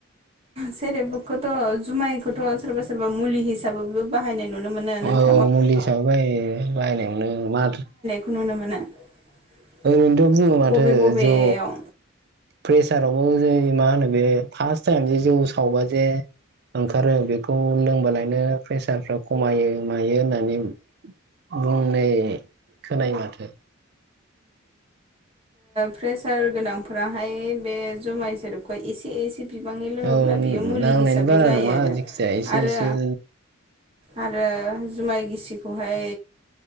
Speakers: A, on the right; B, on the right.
A: सेरेबुखौथ' जुमायखौथ' सोरबा सोरबा मुलि हिसाबैबो बाहायनाय नुनो मोनो नोंथां।
B: पुलिसाबो
A: <inaudible>
B: बायो बायनायावनो माथो <inaudible>
A: खुनुनो मोनो <inaudible>
B: खिन्थु बुङो माथो
A: बबे बबेयाव
B: ज' प्रेसाराव मा होनो बे फार्स्ट टाइम जे जौ सावबा जे ओंखारो बेखौ लोंबालायनो प्रेसारफ्रा खमायो मायो होननानै बुंनाय खोनायो माथो।
A: प्रेसार गोनांफोराहाय बे जुमाय सेरेोबखौ एसे एसे <inaudible> लोङोब्ला
B: औ
A: बियो मुलि
B: नांनायनि
A: हिसाबै
B: बारा
A: जायो
B: नङा
A: आरो
B: जेखिजाया एसे
A: आरो
B: एसे
A: आरो जुमाय गिसिखौहाय